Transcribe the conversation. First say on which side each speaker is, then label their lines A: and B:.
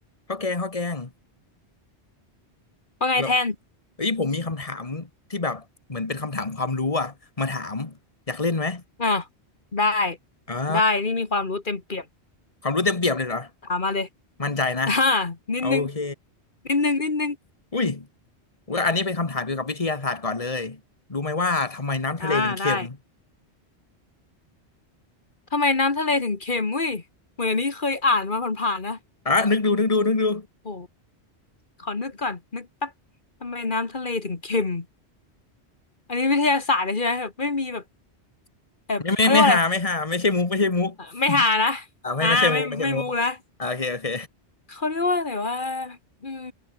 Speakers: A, on the left; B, on the left.
A: ข้าวแกงข้าวแกง
B: ว่าไงแทน
A: แล้วเอ้ยผมมีคำถามที่แบบเหมือนเป็นคำถามความรู้อ่ะมาถามอยากเล่นไหม
B: อ่าได้
A: อ่า
B: ได้นี่มีความรู้เต็มเปี่ยม
A: ความรู้เต็มเปี่ยมเลยเหรอ
B: ถามมาเลย
A: มั่นใจนะ
B: <laughs> อ่านิดนึง
A: โอเค
B: นิดนึงนิดนึง
A: อุ้ยว่าอันนี้เป็นคำถามเกี่ยวกับวิทยาศาสตร์ก่อนเลยรู้ไหมว่าทำไมน้ำทะเลถึงเค็ม
B: อ่าได้ ทำไมน้ำทะเลถึงเค็มอุ้ยเหมือนอันนี้เคยอ่านมาผ่านๆนะ
A: อ่ะนึกดูนึกดูนึกดู
B: โหขอนึกก่อนนึกแป๊บทำไมน้ำทะเลถึงเค็มอันนี้วิทยาศาสตร์เลยใช่ไหมแบบไม่มีแบบแบบเขาเรียกว่าอะไร
A: ไม่ไม่ไม่หาไม่หาไม่ใช่มุกไม่ใช่มุก
B: ไม่หานะอ่าไม่ไม่มุกนะ
A: อ่าไม่ไม่ใช่มุกไม่ใช่มุกอ่าโอเคโอเค
B: เขาเรียกว่าอะไรว่าอืม